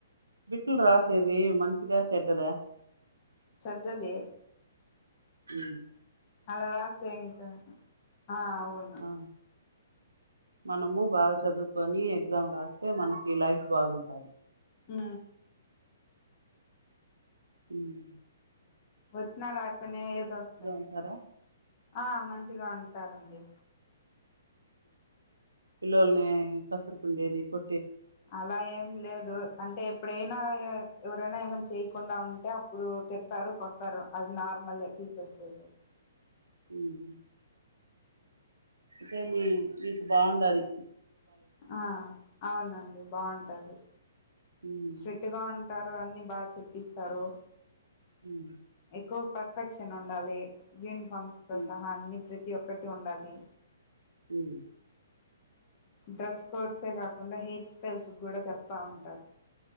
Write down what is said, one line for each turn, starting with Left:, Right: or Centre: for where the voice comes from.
Right: బిట్లు రాసేది మంచిదా చెడ్డదా
Left: చద్దది
Right: ఉమ్
Left: అలా రాస్తే ఇంకా ఆ అవును
Right: ఆ మనము బాగా చదువుకొని ఎగ్జామ్ రాస్తే మనకి లైఫ్ బాగుంటుంది
Left: ఆ
Right: ఉమ్
Left: వచ్చినా రాకపోయినా ఏదో ఒకట
Right: ఉంటారా
Left: ఆ మంచిగా ఉంటారండి
Right: పిల్లోలనే కసుర్కుండేది కొ
Left: అలా ఏం లేదు అంటే ఎప్పుడైనా ఇగ ఎవరైనా ఏమైనా చేయకుండా ఉంటే అప్పుడు తిడతారు కొడతారు అది నార్మలే టీచర్స్ చేసేది
Right: ఉమ్ అంటే మీ మీకు బాగుండాలి
Left: ఆ అవునండి బాగుం కాదు
Right: హ్మ్
Left: స్ట్రిక్ట్ గా ఉంటారు అని బాగా చెప్పిస్తారు
Right: ఉమ్
Left: ఎక్కువ పర్ఫెక్షన్ ఉండాలి సంస్థ
Right: హ్మ్
Left: సహా అన్ని ప్రతి ప్రతి ఒక్కటి ఉండాలి
Right: ఉమ్
Left: డ్రెస్ కోడ్సే కాకుండా హెయిర్ స్టైల్స్ కూడా చెప్తా ఉంటారు